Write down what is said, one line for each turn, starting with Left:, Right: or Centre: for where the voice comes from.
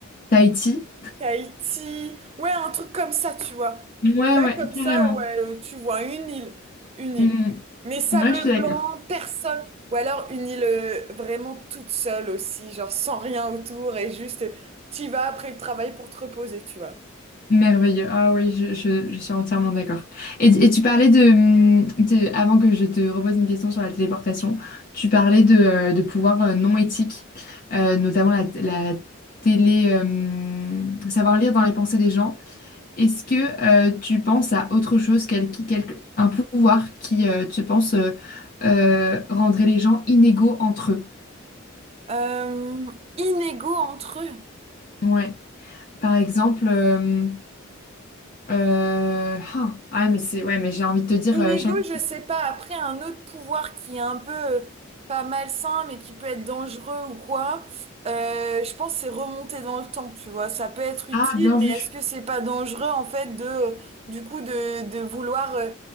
Left: Tahiti.
Right: Tahiti, ouais, un truc comme ça, tu vois.
Left: Ouais,
Right: Euh, Là,
Left: ouais,
Right: comme
Left: carrément.
Right: ça, ouais, euh, tu vois une île, une île.
Left: Mm.
Right: Mais sable
Left: Ouais, je suis d'accord.
Right: blanc, personne. Ou alors une île euh, vraiment toute seule aussi, genre sans rien autour et juste euh, t'y vas après le travail pour te reposer, tu vois.
Left: Merveilleux. Ah oui, je, je- je suis entièrement d'accord. Et, et tu parlais de, hum, de- avant que je te repose une question sur la téléportation, tu parlais de, euh, de pouvoirs euh, non éthiques, euh, notamment la, la télé, hum, savoir lire dans les pensées des gens. Est-ce que euh, tu penses à autre chose, quel, qui- quel- un pouvoir qui, euh, tu penses, euh, euh, rendrait les gens inégaux entre eux?
Right: Euh, inégaux entre eux.
Left: Ouais. Par exemple, euh, euh, ah, ah, mais c'est, ouais, mais j'ai envie de te dire
Right: Une
Left: euh, chaque.
Right: je sais pas. Après, un autre pouvoir qui est un peu euh, pas malsain, mais qui peut être dangereux ou quoi, euh, je pense que c'est remonter dans le temps, tu vois. Ça peut être utile,
Left: Ah, bien
Right: mais
Left: vu.
Right: est-ce que c'est pas dangereux, en fait, de, euh, du coup, de, de vouloir euh,